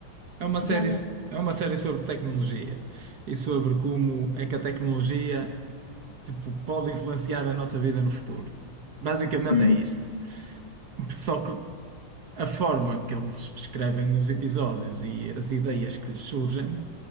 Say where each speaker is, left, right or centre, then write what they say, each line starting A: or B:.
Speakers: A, on the right; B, on the left.
A: É uma série,
B: Já, já.
A: é uma série sobre tecnologia e sobre como é que a tecnologia, tipo, pode influenciar a nossa vida no futuro. Basicamente
B: Uhum.
A: é isto. Só que a forma que eles escrevem os episódios e as ideias que lhes surgem,